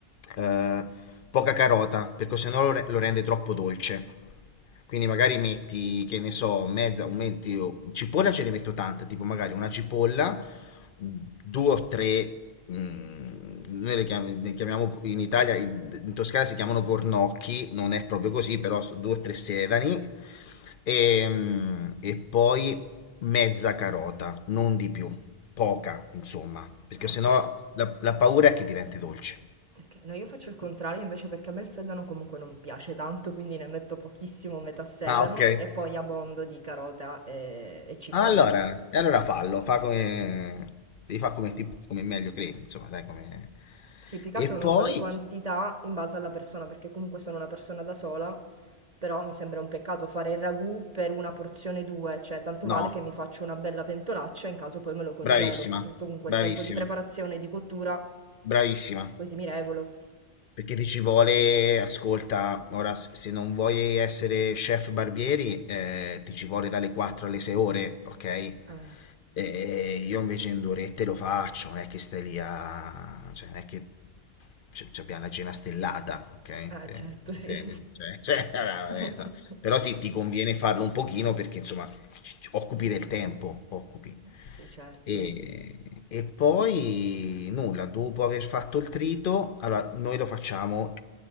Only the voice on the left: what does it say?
eh, poca carota, perché sennò lo re- lo rende troppo dolce. Quindi magari metti, che ne so, mezza, un metti, io- cipolla ce ne metto tanta, tipo magari una cipolla, due o tre, mm, noi le, chiam- le chiamiamo in Italia, in, in Toscana si chiamano gornocchi, non è proprio così, però so- due o tre sedani, e, mm, e poi mezza carota, non di più, poca, insomma, perché
sennò la, la paura è che diventi dolce.
Ah, ok.
Allora, e allora fallo, fa come, devi fare come, ti- come meglio credi, insomma, dai, come...
E
poi,
no,
bravissima,
bravissima,
bravissima.
Perché ti ci vuole, ascolta, ora s- se non vuoi essere chef barbieri, eh, ti ci vuole dalle 4 alle 6 ore, ok?
E io invece in due orette lo faccio, non è che stai lì a... cioè non è che c- ci abbiamo la cena stellata, ok? Eh,
mi
intendi? Cioè, <laughs> cioè, allora, vabbè,
insomma. Però sì, ti conviene farlo un pochino perché insomma ci- ci- occupi del tempo, occupi.
E, e poi nulla, dopo aver fatto il trito, allora noi lo facciamo,